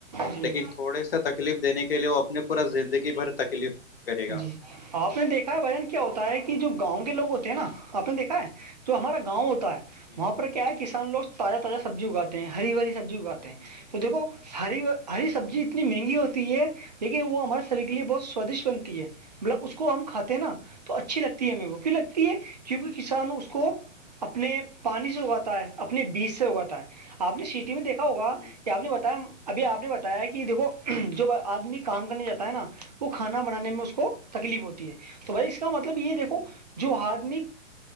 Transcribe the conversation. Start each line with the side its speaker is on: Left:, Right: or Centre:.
Right: جی
Left: لیکن تھوڑے سا تکلیف دینے کے لیے وہ اپنے پورا زندگی بھر تکلیف کرے گا
Right: جی آپ نے دیکھا ہے بجن کیا ہوتا ہے کہ جو گاؤں کے لوگ ہوتے ہیں نا آپ نے دیکھا ہے جو ہمارا گاؤں ہوتا ہے
Left: جی
Right: وہاں پر کیا کیا ہے کسانوگ تازہ تازہ سبزی اگات ہیں ہری ہری سبزی اگاتے ہیں تو دیکھو ہری ہری سبزی اتنی مہنگی ہوتی ہے لیکن وہ ہمارے شریر کے لیے بہت سوادشٹ بنتی ہے مطلب اس کو ہم کھاتے نا تو اچھی لگتی ہے ہمیں کو لگتی ہے کیونکہ کسان اس کو اپنے پانی سے اگاتا ہے اپنے بیج سے اگاتا ہے آپ نے سٹی میں دیکھا ہوگا
Left: جی جی
Right: کہ آپ نے بتایا ابھی آپ نے بتایا کہ دیکھو جو آدمی کام کرنے جاتا ہے نا وہ کھانا بنانے میں اس کو تکلیف ہوتی ہے تو بھائی اس کا مطلب یہ دیکھو
Left: جی
Right: جو آدمی